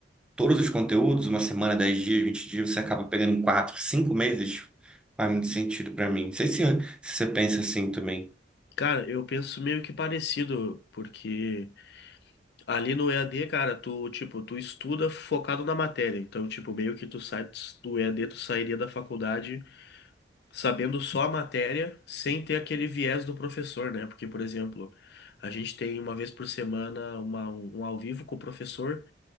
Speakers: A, in the centre; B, on the left (about 60°).
A: todos os conteúdos, uma semana, 10 dias, 20 dias, você acaba pegando em 4 5 meses, faz muito sentido para mim. Não sei se, se você pensa assim também.
B: Cara, eu penso meio que parecido, porque Ali no EAD, cara, tu, tipo, tu estuda focado na matéria. Então, tipo, meio que tu sai do EAD, tu sairia da faculdade sabendo só a matéria, sem ter aquele viés do professor, né? Porque, por exemplo, a gente tem uma vez por semana uma, um ao vivo com o professor,